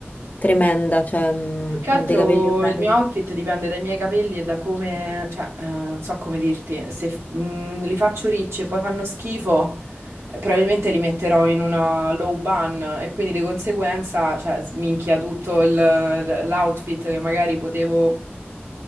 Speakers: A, on the left (about 40°); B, on the right (about 90°).
A: tremenda, cioè mm,
B: più che altro
A: ho dei capelli orrendi.
B: il mio outfit dipende dai miei capelli e da come, cioè, eh, non so come dirti, se mm, li faccio ricci e poi fanno schifo, eh, probabilmente li metterò in una low bun e quindi di conseguenza, cioè, sminchia tutto il- l'outfit che magari potevo